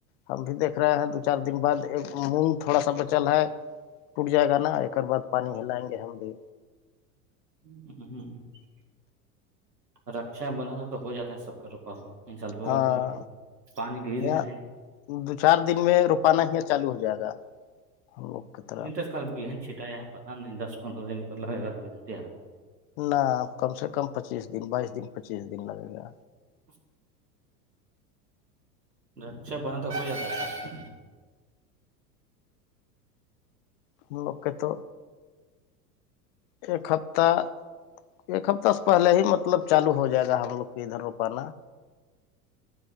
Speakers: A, on the left; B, on the right.
A: ہم بھی دیکھ رہے ہیں دو چار دن بعد ایک مونگ تھوڑا سا بچل ہے ٹوٹ جائے گا نا ایکر بع پانی ہلائیں گے ہم بھی
B: <unintelligible> رکشا بند تو ہو جاتا ہے سب کا روپا ہوا انسال ہوگا
A: ہاں
B: کہ نہیں پ پانی گری نہیں
A: یہاں
B: رہے
A: دو چار دن میں روپانا ہی چالو ہو جائے گا ہم لوگ کی طرف
B: نہیں تو اس کل بہن چھٹایا ہے پتہ نہیں دس پندرہ دن مر لگے گا بہنتی آ رہا ہوں
A: نہ کم سے کم پچیس دن بائیس دن پچیس دن لگے گا
B: <unintelligible> رکشا بندک ہو جاتا ہے سب سے
A: ہم لوگ کے تو ایک ہفتہ ایک ہفتہ سے پہلے ہی متب مطلب چالو ہو جائے گا ہم لوگ کے ادھر روپانا